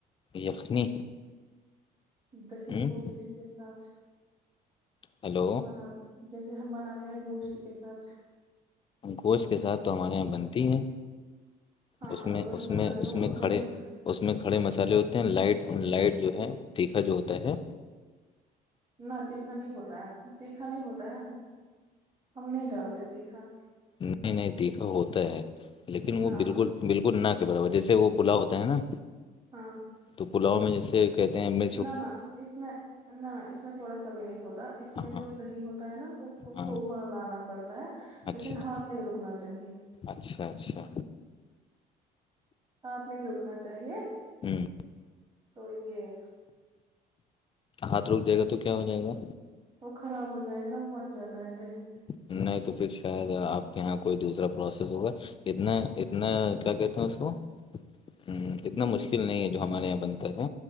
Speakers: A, on the left; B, on the right.
A: یخنی
B: دہی
A: ہوں
B: کو کسی کے ساتھ
A: ہلو
B: بنا جیسے ہم بناتے ہیں گوشت کے ساتھ
A: گوشت کے ساتھ تو ہمارے یہاں بنتی ہیں
B: ہاں
A: اس میں
B: تو وہی
A: اس
B: بنا
A: میں
B: رہی
A: اس
B: ہوں
A: میں کھڑے
B: جو
A: اس میں کے کھڑے مسالے ہوتے ہیں لائٹ لائٹ جو ہے تیکھا جو ہوتا ہے
B: نہ تیکھا نہیں ہوتا ہے تیکھا نہیں ہوتا ہے ہم نہیں ڈالتے تیکھا
A: نئے نئے تیکھا ہوتا ہے لیکن وہ
B: نہ
A: بالکل
B: ہم
A: بالکل نہ کے برابر جیسے وہ پھلا ہوتا ہے نا
B: ہاں
A: تو پلوا میں جیسے کہتے ہیں میں
B: نہ نہ اس میں نہ اس میں تھوڑا سا بھی نہیں ہوتا اس
A: ہاں
B: میں جو دہی ہوتا ہے نا اس
A: ہاں
B: کو ابالانا پڑتا ہے
A: اچھا
B: لیکن ہاتھ نہیں رکنا چاہیے
A: اچھا اچھا
B: ہاتھ نہیں رکنا چاہیے
A: ہوں
B: تو یہ
A: ہاتھ روک جائے گا تو کیا ہو جائے گا
B: وہ خراب ہو جائے گا نا وہ مٹ جاتا ہے دہی
A: نہیں تو پھر شاید آپ کے یہاں کوئی دوسرا پروسیس ہوگا اتنا اتنا کیا کہتے ہیں اس کو ہ اتنا
B: ہ
A: مشکل نہیں ہے جو ہمارے یہاں بنتا ہے